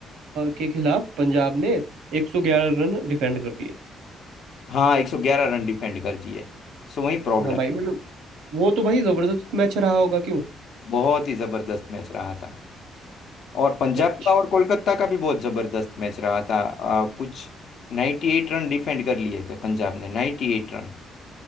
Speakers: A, on the right; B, on the left.
A: के खिलाफ पंजाब ने 111 रन डिफेंड कर दिए
B: हाँ 111 रन डिफेंड कर दिए सो वही प्रॉब्लम
A: हाँ भाई मतलब वो तो भाई जबरदस्त मैच रहा होगा क्यों
B: बहुत ही जबरदस्त मैच रहा था और पंजाब
A: अच्छा
B: का और कोलकाता का भी बहुत जबरदस्त मैच रहा था आ, कुछ 98 रन डिफेंड कर लिए थे पंजाब ने 98 रन